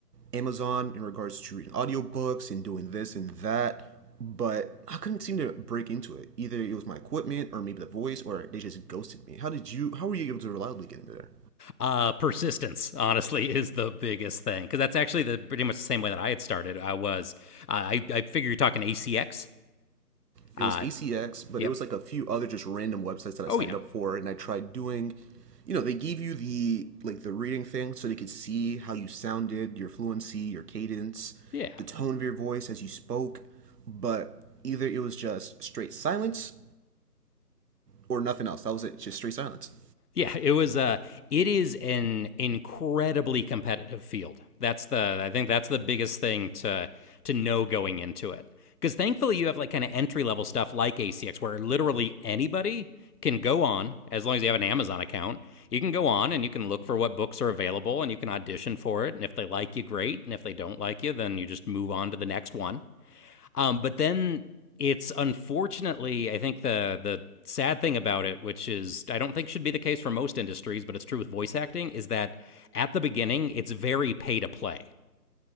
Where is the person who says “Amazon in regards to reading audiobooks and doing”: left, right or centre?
Right